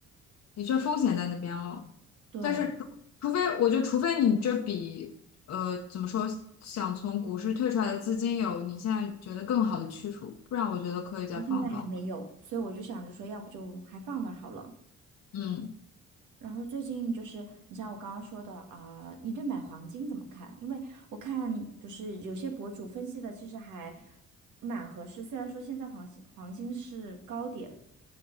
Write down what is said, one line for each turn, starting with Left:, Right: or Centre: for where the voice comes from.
Left: 的确风险在那边了。
Right: 对。
Left: 但是除，除非我觉得，除非你这笔呃怎么说，想从股市退出来的资金有你现在觉得更好的去处，不然我觉得可以再放放。
Right: 现在还没有，所以我就想着说，要不就还放那儿好了。
Left: 嗯
Right: 然后最近就是，你像我刚刚说的啊、你对买黄金怎么看？因为我看就是有些博主分析的，其实还蛮合适。虽然说现在黄金黄金是高点，